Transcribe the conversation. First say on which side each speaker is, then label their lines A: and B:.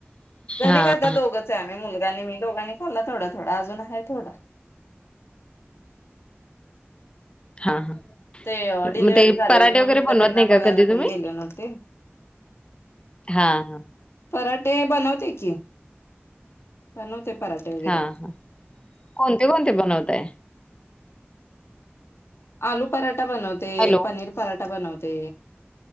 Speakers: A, on the left (about 75°); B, on the left (about 25°).
A: घरी
B: हा
A: काय दोघंच आहे आम्ही मुलगा आणि मी दोघांनी खाल्ला थोडा थोडा अजून आहे थोडा.
B: हा हा
A: ते
B: मग
A: डिलिव्हरी
B: ते
A: झालेली
B: पराठे
A: मग
B: वगैरे
A: म्हंटलं
B: बनवत
A: त्यांना
B: नाही का
A: बघायला
B: कधी तुम्ही?
A: पण गेले नव्हती.
B: हा हा
A: पराठे बनवते की, बनवते पराठे. वगैरे.
B: हा हा कोणते कोणते बनवताय?
A: आलू पराठा बनवते,
B: हॅलो
A: पनीर पराठा बनवते.